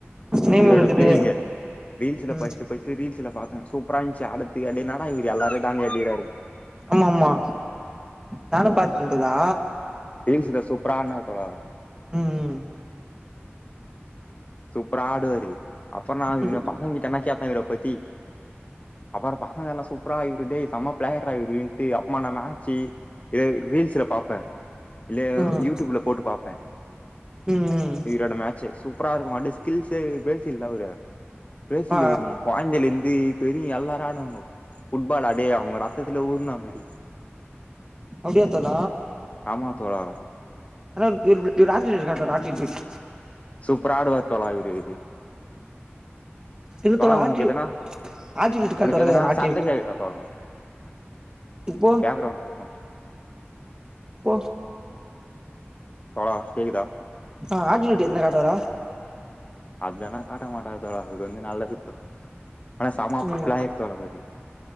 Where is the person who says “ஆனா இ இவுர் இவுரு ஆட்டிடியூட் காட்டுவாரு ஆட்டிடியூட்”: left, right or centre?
Right